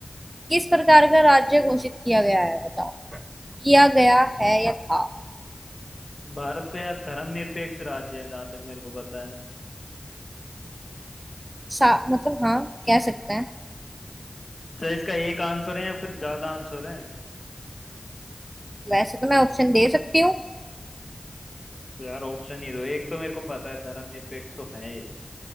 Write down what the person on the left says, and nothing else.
भारत तो यार धर्मनिरपेक्ष राज्य है जहां तक मेरे को पता है
चाहे इसका एक आंसर है या फिर ज्यादा आंसर है
तो यार ऑप्शन ही दो एक तो मेरे को पता है धर्मनिरपेक्ष तो है ये